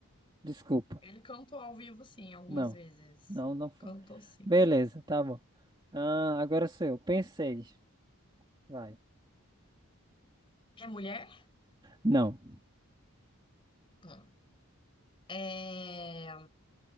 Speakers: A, on the right; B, on the left.
A: Desculpa.
B: Ele cantou ao vivo, sim, algumas
A: Não,
B: vezes.
A: não, não foi.
B: Cantou, sim.
A: Beleza, tá bom. Ah, agora sou eu. Pensei. Vai.
B: É mulher?
A: Não.
B: Tá. É